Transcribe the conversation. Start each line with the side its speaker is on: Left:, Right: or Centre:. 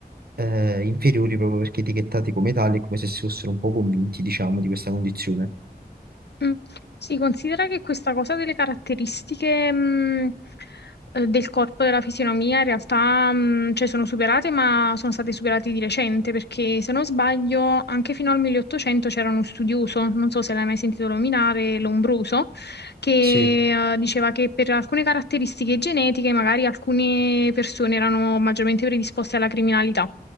Right: eh, inferiori proprio perché etichettati come tali, come se si fossero un po' convinti, diciamo, di questa condizione.
Left: Mm. Si considera che questa cosa delle caratteristiche mh, eh, del corpo, della fisionomia, in realtà mh, cioè sono superate, ma sono state superate di recente, perché se non sbaglio, anche fino al 1800 c'era uno studioso, non so se l'hai mai sentito nominare, Lombroso, che
Right: Sì,
Left: eh, diceva che per alcune caratteristiche genetiche magari alcune persone erano maggiormente predisposte alla criminalità.